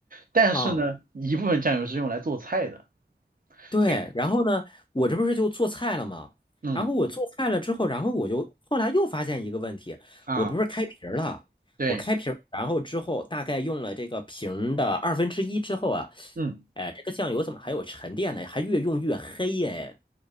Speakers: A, on the right; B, on the left.
A: 但是呢，
B: 啊、
A: 一部分酱油是用来做菜的。
B: 对。
A: 所以，
B: 然后呢，我这不是就做菜了吗？
A: 嗯
B: 然后我做菜了之后，然后我就后来又发现一个问题，
A: 啊，
B: 我不是开瓶儿了，
A: 对，
B: 我开瓶儿，然后之后大概用了这个瓶儿的二分之一之后啊，
A: 嗯。
B: 哎，这个酱油怎么还有沉淀呢？还越用越黑耶、